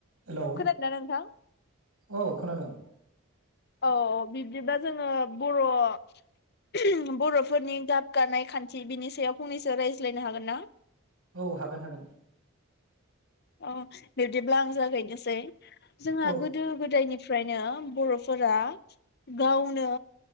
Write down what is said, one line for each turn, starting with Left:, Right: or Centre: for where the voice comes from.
Right: Hello!
Left: खोनादोंना नोंथां
Right: औ खोनादों।
Left: औ बिब्दिबा जोङो बर' बर'फोरनि गाब गानाय खान्थि बिनि सायाव फंनैसो रायज्लायनो हागोन ना?
Right: औ हागोन हागोन।
Left: अ बिब्दिब्ला आं जागायनोसै। जोंहा
Right: औ
Left: गोदो गोदायनि निफ्रायनो बर'फोरा गावनो